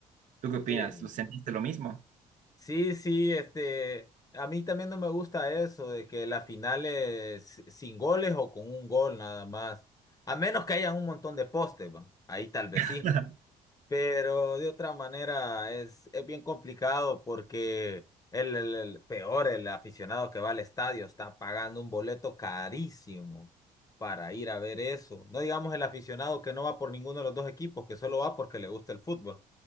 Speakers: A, on the right; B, on the left.
A: ¿Tú qué opinas?
B: sí,
A: ¿Lo sentiste lo mismo?
B: sí, sí, este, a mí también no me gusta eso de que las finales sin goles o con un gol nada más, a menos que haya un montón de postes, va. Ahí tal vez
A: <laughs>
B: sí. Pero de otra manera es, es bien complicado porque el, el- el peor, el aficionado que va al estadio está pagando un boleto carísimo para ir a ver eso. No digamos el aficionado que no va por ninguno de los dos equipos, que solo va porque le gusta el fútbol.